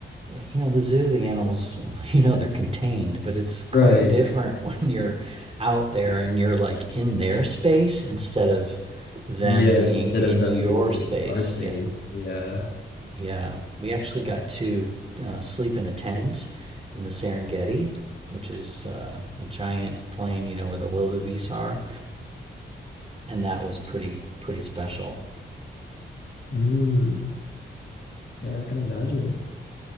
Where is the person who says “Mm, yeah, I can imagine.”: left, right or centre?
Left